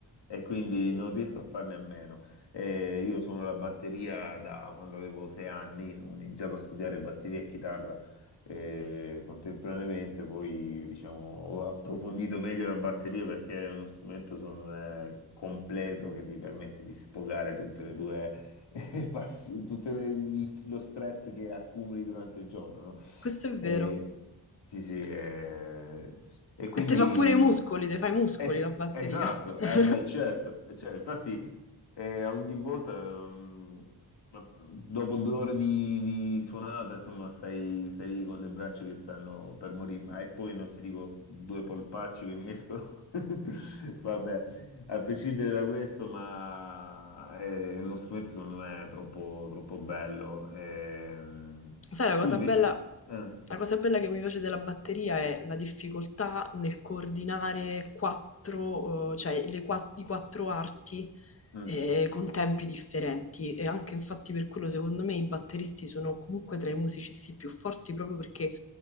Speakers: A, on the left (about 75°); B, on the left (about 35°).
A: e quindi non riesco a farne a meno. Eh, io sono la batteria da quando avevo sei anni, ho iniziato a studiare batteria e chitarra eh, contemporaneamente, poi diciamo ho approfondito meglio la batteria perché è uno strumento secondo me completo che ti permette di sfogare tutte le tue <laughs> e passi tutto il- lo stress che accumuli durante il giorno, no?
B: Questo è vero.
A: E, sì, sì, eh, e quindi.
B: E te fa pure i muscoli, te fai i muscoli
A: Et-
B: la batteria.
A: esatto,
B: <laughs>
A: eh beh, certo, Cioè, infatti eh, ogni volta, mm, ma- dopo due ore di, di suonata, insomma, stai, stai lì con le braccia che stanno per morire, ma e poi non ti dico due polpacci che mi escono, <laughs> vabbè, a prescindere da questo, ma eh, è uno strumento secondo me troppo, troppo bello. Ehm,
B: Sai, la
A: tu
B: cosa
A: invece...
B: bella,
A: eh,
B: la cosa bella che mi piace della batteria è la difficoltà nel coordinare quattro, eh, cioè le qua- i quattro arti,
A: mm,
B: eh, con tempi differenti. E anche infatti per quello, secondo me, i batteristi sono comunque tra i musicisti più forti proprio perché